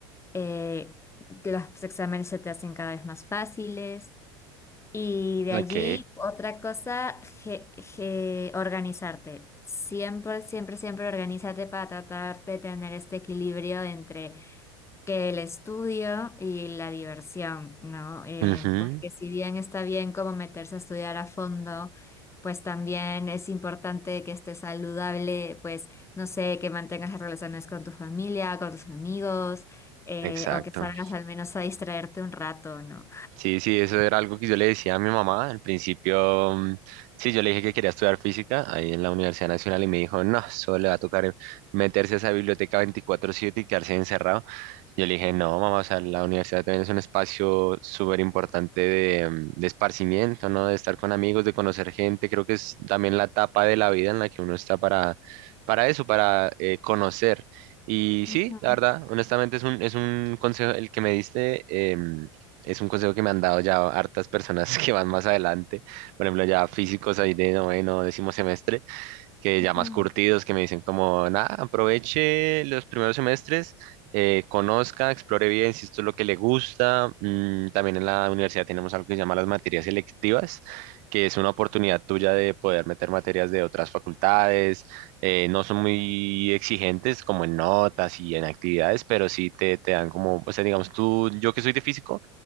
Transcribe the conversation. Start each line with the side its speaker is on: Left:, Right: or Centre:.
Left: eh, los exámenes se te hacen cada vez más fáciles. Y de
Right: ok.
Left: allí, otra cosa, ge- ge- organizarte. Siempre, siempre, siempre organízate para tratar de tener este equilibrio entre que el estudio y la diversión, ¿no? Em,
Right: ujú,
Left: porque si bien está bien como meterse a estudiar a fondo, pues también es importante que estés saludable, pues no sé, que mantengas las relaciones con tu familia, con tus amigos, eh,
Right: Exacto.
Left: o que salgas al menos a distraerte un rato, ¿no?
Right: Sí, sí, eso era algo que yo le decía a mi mamá. Al principio, mm, sí, yo le dije que quería estudiar física ahí en la Universidad Nacional y me dijo, no, solo le va a tocar meterse a esa biblioteca veinticuatro siete y quedarse encerrado. Yo le dije, no, mamá, o sea, la universidad también es un espacio súper importante de, mm, de esparcimiento, ¿no? De estar con amigos, de conocer gente. Creo que es también la etapa de la vida en la que uno está para, para eso, para eh, conocer. Y sí,
Left: Ujú,
Right: la verdad, honestamente es un, es un consejo el que me diste. eh, es un consejo que me han dado ya hartas personas <laughs> que van más adelante, por ejemplo, ya físicos ahí de noveno, décimo semestre que
Left: ujú,
Right: ya más curtidos, que me dicen como, nada, aproveche los primeros semestres, eh, conozca, explore bien si esto es lo que le gusta. Mm, también en la universidad tenemos algo que se llama las materias selectivas, que es una oportunidad tuya de poder meter materias de otras facultades. eh, no son muy exigentes como en notas y en actividades, pero sí te, te dan como, o sea, digamos, tú, yo que soy de físico,